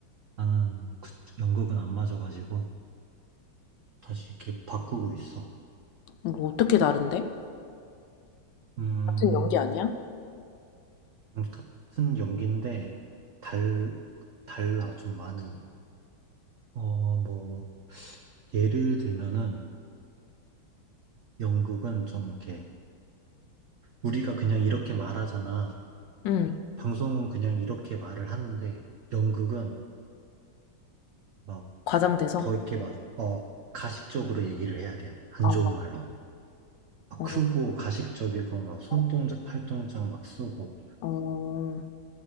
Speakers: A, on the right; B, on the left.
A: 나는 그 연극은 안 맞아가지고 다시 이렇게 바꾸고 있어.
B: 뭐 어떻게 다른데?
A: 음,
B: 같은 연기 아니야?
A: 같은 연기인데 달, 달라 좀 많이. 어, 뭐 예를 들면은 연극은 좀 이렇게 우리가 그냥 이렇게 말하잖아.
B: 응.
A: 방송은 그냥 이렇게 말을 하는데 연극은 막
B: 과장돼서?
A: 더 이렇게 막, 어, 가식적으로 얘기를 해야 돼. 안
B: 아,
A: 좋은
B: 어,
A: 말로. 막
B: 어.
A: 크고 가식적이고 막 손동작,
B: 어.
A: 팔동작 막 쓰고.
B: 어,